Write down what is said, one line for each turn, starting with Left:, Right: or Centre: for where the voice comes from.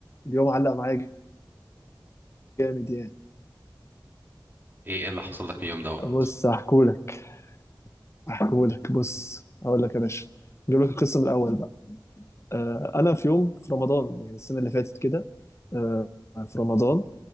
Left: اليوم علق معايا جامد يعني
Right: ايه ايه اللي حصل لك اليوم دوت
Left: بص هحكولك هحكولك بص هقول لك يا باشا نجيب لك القصة من الاول بقى آه انا في يوم في رمضان يعني السنة اللي فاتت كده آه في رمضان